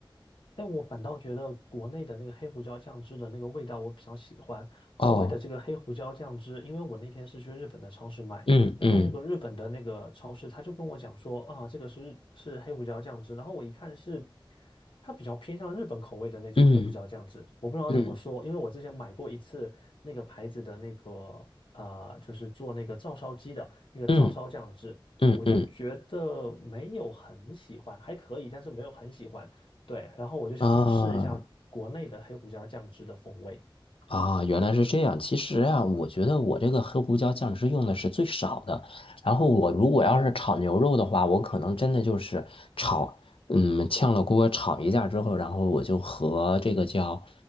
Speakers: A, on the left (about 65°); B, on the left (about 80°).
A: 但我反倒觉得国内的那个黑胡椒酱汁的那个味道我比较喜欢，
B: 哦，
A: 国外的这个黑胡椒酱汁，因为我那天是去日本的超市买，
B: 嗯嗯
A: 然后那个日本的那个超市他就跟我讲说，啊，这个是日是黑胡椒酱汁，然后我一看是它比较偏向日本口味的那种黑胡椒酱汁，
B: 嗯
A: 我不知道怎么说，
B: 嗯
A: 因为我之前买过一次那个牌子的那个呃，就是做那个照烧鸡的那个照烧酱汁，
B: 嗯嗯嗯
A: 我就觉得没有很喜欢，还可以，但是没有很喜欢。对，然后我就想说试一下国内的黑胡椒酱汁的风味，
B: 啊。啊，原来是这样。其实啊，我觉得我这个黑胡椒酱汁用的是最少的。然后我如果要是炒牛肉的话，我可能真的就是炒，嗯，炝了锅炒一下之后，然后我就和这个叫，